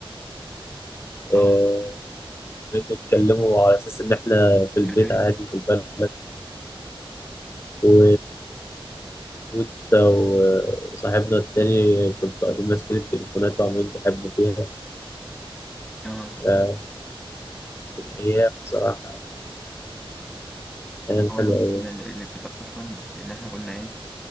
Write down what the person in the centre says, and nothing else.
اه
في البيت
اه
اه والله
يعني الاتفاق اصلا ان احنا كنا ايه